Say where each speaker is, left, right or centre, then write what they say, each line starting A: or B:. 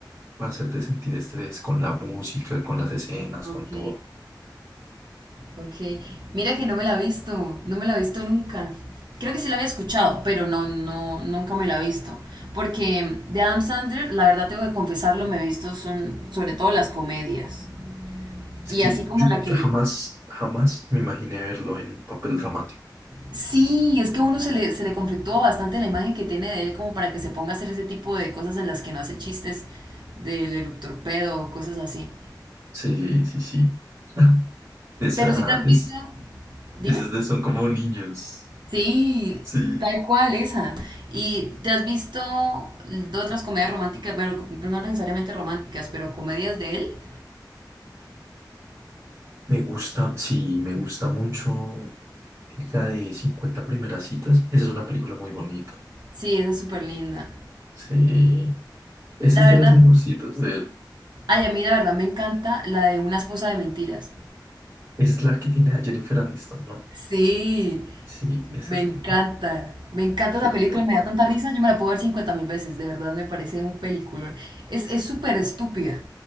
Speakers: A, on the right; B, on the right.
A: para hacerte sentir estrés con la música, con las escenas, con
B: ok.
A: todo.
B: Ok, mira que no me la he visto, no me la he visto nunca. Creo que sí la había escuchado, pero no, no, nunca me la he visto. Porque de Adam Sandler, la verdad tengo que confesarlo, me he visto son, sobre todo las comedias.
A: Es
B: Y
A: que
B: así como
A: yo
B: la que...
A: yo jamás, jamás me imaginé verlo en un papel dramático.
B: Sí, es que a uno se le, se le conflictúa bastante la imagen que tiene de él como para que se ponga a hacer ese tipo de cosas en las que no hace chistes del eructor pedo o cosas así.
A: Sí, sí, sí. Ah, Esa
B: Pero si te has
A: es,
B: visto... Dime.
A: esas de son como niños.
B: Sí,
A: Sí.
B: tal cual esa. ¿Y te has visto de otras comedias románticas? Bueno, no necesariamente románticas, pero comedias de él.
A: Me gusta, sí, me gusta mucho la de cincuenta primeras citas. Esa es una película muy bonita.
B: Sí, esa es súper linda.
A: Sí. Esa
B: La
A: es
B: verdad,
A: de las mejorcitas de él.
B: ay, a mí la verdad me encanta la de Una esposa de mentiras.
A: Esa es la que tiene a Jennifer Aniston, ¿no?
B: Sí,
A: Sí, esa
B: me
A: es
B: encanta.
A: muy,
B: Me encanta
A: esa
B: esa
A: es
B: película,
A: muy
B: me
A: buena.
B: da tanta risa, yo me la puedo ver cincuenta mil veces, de verdad me parece un peliculón. Es, es súper estúpida,